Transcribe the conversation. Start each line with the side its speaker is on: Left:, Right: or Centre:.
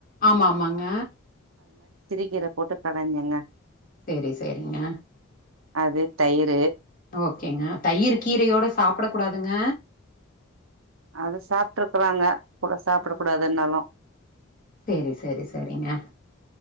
Left: ஆமாஆமாங்க
Right: கீரை போட்டு கடைஞ்சேங்க
Left: செரி செரிங்க
Right: அது தயிரு
Left: ஓகேங்க தயிர் கீரையோட சாப்பிட கூடாதுங்க
Right: அது சாப்ட்ருக்குறாங்க கூட சாப்பிடக்க
Left: ஆ
Right: கூடாதுனாலும்
Left: சேரி சேரி சேரிங்க